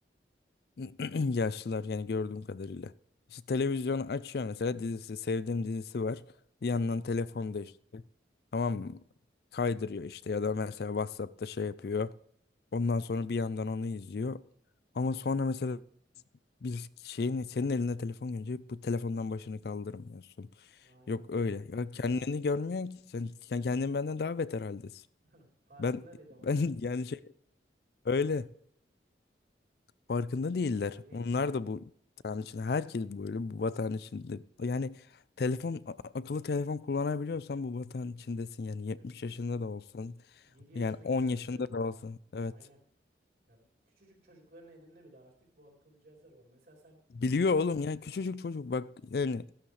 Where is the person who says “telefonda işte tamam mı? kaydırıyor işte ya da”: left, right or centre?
Left